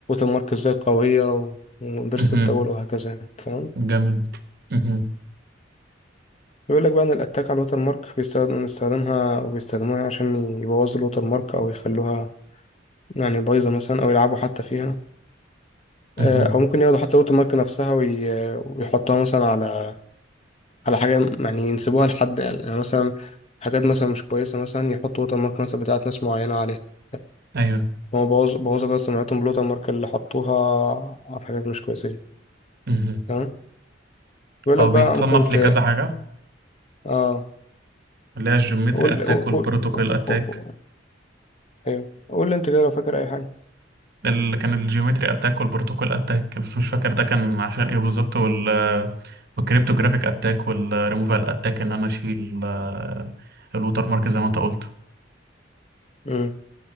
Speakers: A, on the left; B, on the right.
A: مارك ازاي قوية و- وبيرسبتبل
B: مهم.
A: وهكذا يعني تمام
B: جميل مهم.
A: بيقول لك بقى ان الاتاك على الوتر مارك بيستخدم بنستخدمها وبيستخدموها عشان يبوظوا الوتر مارك او يخلوها يعني بايظة مثلا او يلعبوا حتى فيها آه،
B: مهم.
A: او ممكن ياخدوا حتى الوتر مارك نفسها وي- ويحطوها مثلا على على حاجة يعني ينسبوها لحد يعني يعني مثلا حاجات مثلا مش كويسة مثلا يحطوا ووتر مارك مثلا بتاعت ناس معينة عليها
B: ايوه
A: هو بوظ بوظ كده سمعتهم بالوتر مارك اللي حطوها على حاجات مش كويسة دي
B: مهم.
A: تمام بيقول
B: هو
A: لك بقى
B: بيتصنف
A: ممكن ت
B: لكذا حاجه
A: اه
B: اللي هي الجيومتري
A: قول
B: اتاك
A: قول
B: والبروتوكول
A: قول
B: اتاك
A: قول- ايوه قول لي انت كده لو فاكر اي حاجة
B: اللي كان الجيومتري اتاك والبروتوكول اتاك بس مش فاكر ده كان عشان ايه بالظبط وال والكريبتوجرافيك اتاك والريموفال اتاك ان انا اشيل آه، الوتر مارك زي ما انت قلت
A: امم